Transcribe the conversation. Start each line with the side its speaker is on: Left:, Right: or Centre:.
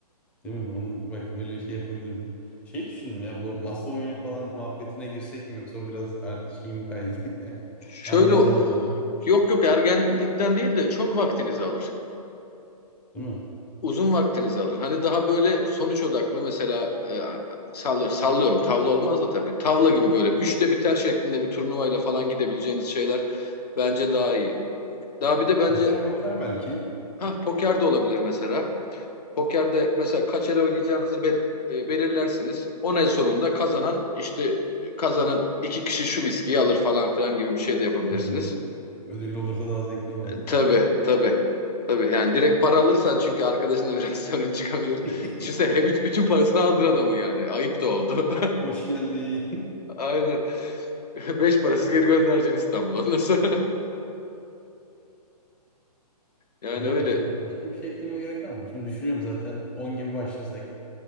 Centre: Değil mi? Onu bak öyle şey yapabiliriz. Şey düşündüm ya bu masa oyunu falan muhabbetine girsek mi yoksa o biraz er, şey mi kaydı <laughs> ya?
Left: Şöyle
Centre: Ergence mi kaldı?
Left: yok yok ergenlikten değil de çok vaktinizi alır.
Centre: Değil mi?
Left: uzun vaktinizi alır. Hani daha böyle sonuç odaklı mesela e, sallıyorum, sallıyorum tavla olmaz da tabii. Tavla gibi böyle üçte biter şeklinde bir turnuvayla falan gidebileceğiniz şeyler bence daha iyi. Daha bir de bence
Centre: Poker moker belki.
Left: ha poker de olabilir mesela. Pokerde mesela kaç el oynayacağınızı bel- e, belirlersiniz. 10 el sonunda kazanan işte e, kazanan iki kişi şu viskiyi alır falan filan gibi bir şey de yapabilirsiniz.
Centre: Hmm. Ödüllü olursa daha zevkli olur aslında.
Left: Tabii tabii. Tabii yani direkt para alırsan çünkü arkadaşınla biraz <laughs> sorun çıkabilir.
Centre: <laughs>
Left: Düşünsene hep bütün parasını aldın adamın yani. Ayıp da oldu.
Centre: Hoş geldin.
Left: <laughs> Aynen. <laughs> Beş parasız geri göndereceksin İstanbul'a. Nasıl? <laughs>
Centre: <laughs>
Left: Yani
Centre: Güzel
Left: öyle.
Centre: bir şey. Başka bir şey eklemeye gerek var mı? Şimdi düşünüyorum zaten 10 gibi başlasak.